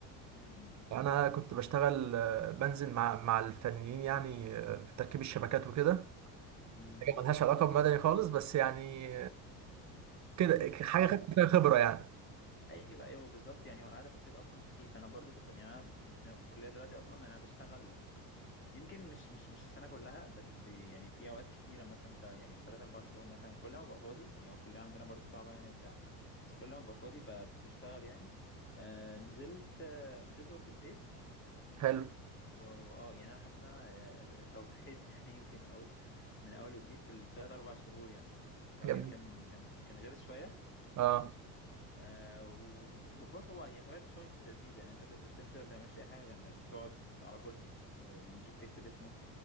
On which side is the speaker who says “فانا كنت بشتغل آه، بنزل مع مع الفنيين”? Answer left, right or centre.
Right